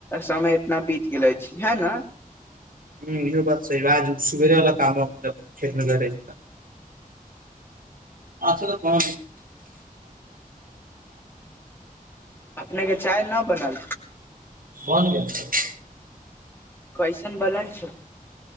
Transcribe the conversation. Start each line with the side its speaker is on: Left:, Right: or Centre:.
Left: समय इतना बीत गेल यछी ईहै न
Right: हू इहो बात सही आज सुबेरेला काम खेत गरैऽ <unintelligible> ओस पन
Left: अपने के चाय न बनल
Right: बन गेल <unintelligible>
Left: कैसन बनल छै